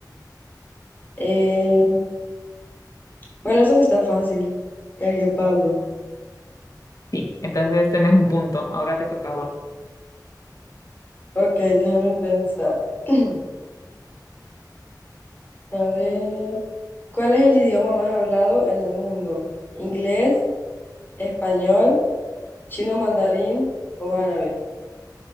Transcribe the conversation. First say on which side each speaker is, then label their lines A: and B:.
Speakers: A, on the left (about 25°); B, on the left (about 50°).
A: Eh, bueno, eso sí está fácil. El guepardo.
B: Sí, entonces tenés un punto. Ahora te toca a vos.
A: Ok, déjame pensar. <clears throat> A ver, ¿cuál es el idioma más hablado en el mundo? ¿Inglés, español, chino mandarín o árabe?